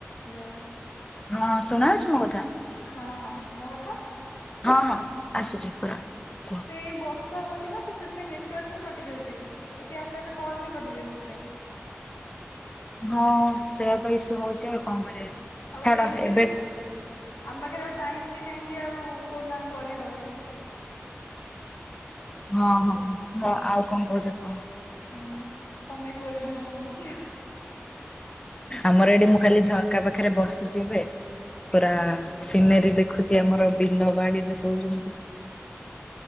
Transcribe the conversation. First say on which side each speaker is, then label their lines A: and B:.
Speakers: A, on the left; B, on the left.
A: Hello
B: ହଁ ଶୁଣାହଉଛି ମୋ କଥା?
A: ହଁ ହଁ ମୋ କଥା?
B: ହଁ ହଁ ଆସୁଛି ପୁରା କୁହ।
A: ସେ ବର୍ଷ ର୍ଷା ହଉଛି ନା ତ ସେଥିପାଇଁ ନେଟୱାର୍କ ହିଁ କଟିଯାଉଚି, ତ ସେ ଆପେ ଆପେ କଲ୍ ହିଁ କଟିଯାଉଛି ସେଥିପାଇଁ।
B: ହଁ ସେୟା ତ ଇସ୍ୟୁ ହଉଛି ଆଉ କଣ କରିବା।
A: ହଉ
B: ଛାଡ
A: ଏମିତି
B: ଏବେ
A: ବି ଆମ ପାଖରେ ଆଉ ଟାଇମ୍ ବି ନାହିଁ ଯେ ଆଉ କୋଉଦିନ ଆମେ କରିହବ।
B: ହଁ ହଁ <unintelligible>
A: ହୁଁ
B: ଆଉ କଣ କହୁଛ କହ?
A: ହୁଁ ତମେ କୁହ ଯଦି ମୁଁ ଶୁଣୁଛି ଆଉ।
B: ଆମର ଏଠି ମୁଁ ଖାଲି ଝରକା ପାଖରେ ବସିଚି ଏବେ ପୁରା
A: ହଁ
B: ସିନେରୀ ଦେଖୁଛି ଆମର ବିଲ ବାଡ଼ିରେ ସବୁ ଯେମିତି।